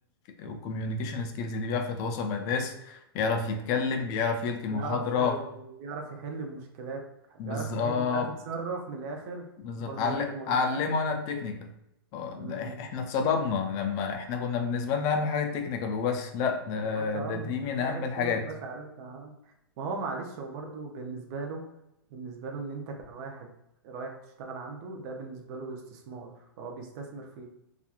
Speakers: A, on the left; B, on the right.
A: والكوميونيكيشن سكيلز دي بيعرف يتواصل مع الناس بيعرف يتكلم بيعرف يلقي محاضره
B: بيعرف بيعرف يحل المشكلات بيعرف
A: بالظبط
B: يحل بيعرف يتصرف من الاخر
A: بالظبط
B: برضو
A: عل...
B: دي حاجة مهمة
A: علمه انا التكنيكال هو
B: امم
A: ده إح- احنا اتصدمنا لما احنا كنا بالنسبه لنا اهم حاجه التكنيكال وبس لا ده,
B: ما انت اه
A: ده
B: ما
A: دي
B: انت-
A: من
B: في
A: اهم
B: حاجات
A: الحاجات
B: كتير ما انتبقاش عارفها اه. ما هو معلش هو برضو بالنسبة له بالنسبة له ان انت كواحد رايح تشتغل عنده ده بالنسبة له استثمار فهو بيستثمر فيك